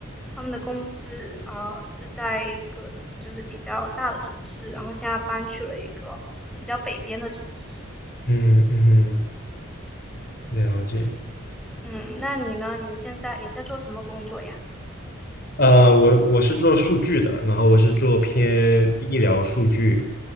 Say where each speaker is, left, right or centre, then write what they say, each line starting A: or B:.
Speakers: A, in the centre; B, on the left (about 45°).
A: 他们的公司啊、是在一个就是比较大的城市，然后现在搬去了一个比较北边的城市。
B: 嗯嗯哼，了解。
A: 嗯，那你呢？你现在你在做什么工作呀？
B: 呃，我我是做数据的，然后我是做偏医疗数据，